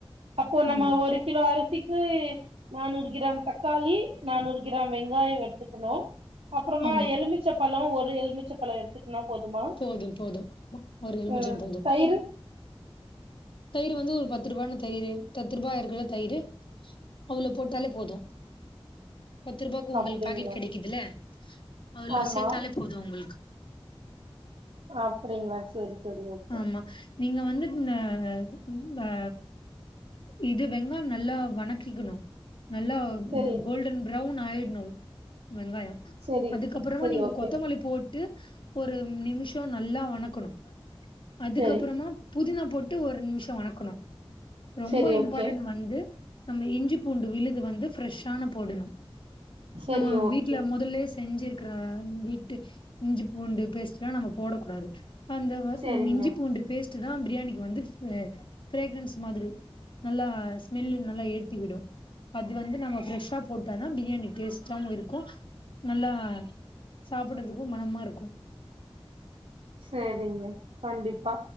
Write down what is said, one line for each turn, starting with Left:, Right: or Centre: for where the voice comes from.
Right: அப்போ நம்ம
Left: ம்.
Right: ஒரு கிலோ அரி சிக்கு நானூறு கிராம் தக்காளி நானூறு கிராம் வெங்காயோ எடுத்துக்கணு அப்புறமா
Left: ஆமா.
Right: எலுமிச்சப்பழோ ஒரு எலுமிச்சப்பழோ எடுத்து னா போதுமா
Left: போதும், போதும். ஆமா. ஒரு எலுமிச்சம்
Right: அ தய்ரு
Left: தயிரு வந்து ஒரு பத்து ரூபான தயிரு பத்து ரூபா இருக்கற தயிரு அவ்ளோ போட்டாலே போது பத்து ரூபாக்கு உங்களுக்
Right: அப்டிங்களா
Left: பேக்கட் கெடைக்குதுல அவ்ளோ
Right: ஆமா
Left: சேத்தாலே போது உங்களுக்கு
Right: அப்டிங்ளா சேரி சேரி ஓகே
Left: ஆமா. நீங்க வந்து இந்த ம் ப இது வெங்காயம் நல்லா வணக்கிக்கணு நல்லா
Right: செரி
Left: ம் கோல்டன் ப்ரௌன் ஆயிட்னு வெங்காயோ
Right: செரி
Left: அதுக்கப்பறமா
Right: செரி
Left: நீங்க
Right: ஓகே
Left: கொத்தமல்லி போட் ட்டு ஒரு நிமிஷோ நல்லா வணக்கணு அதுக்கப்பறமா
Right: செரி
Left: புதினா போட்டு ஒரு நிமிஷோ வணக்கணு ரொம்ப
Right: செரி
Left: இம்பார்ட்டன்ட்
Right: ஓகே
Left: வந்து நம்ம இஞ்சி பூண்டு விழுது வந்து ஃப்ரெஷ்ஷான போடணு
Right: செரி
Left: நம்ம
Right: ஓகே
Left: வீட்ல மொதல்லே ஸ் செஞ்சிருக்றா வீட்டு இஞ்சி பூண்டு பேஸ்ட் லா நம்ம போடக்கூடாது அந்த வ
Right: செரிங்க
Left: ம் இஞ்சி பூண்டு பேஸ்ட்டு தா பிரியாணிக்கு வந்து ஃப் அ ஃப்ரேக்ரன்ஸ் மாதிரி நல்லா அ ஸ்மெல்லு நல்லா ஏத்தி விடு அது வந்து நம்ம ஃப்ரெஷ்ஷா போட்டாதா பிரியாணி டேஸ்டாவு இருக்கூ நல்லா சாப்புடதுக்கூ மனமா இருக்கூ
Right: சேரிங்க கண்டிப்பா